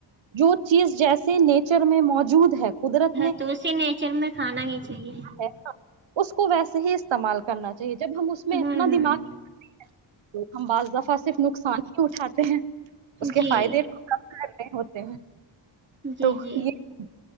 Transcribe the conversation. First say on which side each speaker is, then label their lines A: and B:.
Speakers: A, on the right (about 75°); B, on the right (about 25°).
A: جو چیز جیسے نیچر میں موجود ہے قدرت
B: ہ
A: نے
B: تو اسے نیچر میں کھانا ہی چاہیے
A: ہے اس کو ویسے ہی استعمال کرنا چاہی ج جب ہم میں
B: ہوں
A: اپنا
B: ہوں
A: دماغ ہم بعض دفعہ صرف نقصان تو اٹھاتے ہیں اس کے
B: جی
A: فائدے ہوتے ہیں
B: جی
A: تو
B: جی
A: یہ